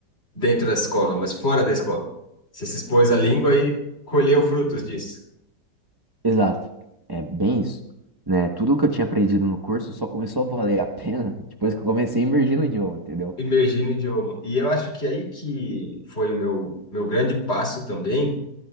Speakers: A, on the left (about 35°); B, on the right (about 25°).
A: dentro da escola, mas fora da escola. Você se expôs à língua e colheu frutos disso.
B: Exato. É bem isso, né? Tudo que eu tinha aprendido no curso só começou a valer a pena <laughs> depois que eu comecei a imergir no idioma, entendeu?
A: imergir no idioma. E eu acho que aí que foi o meu, meu grande passo também,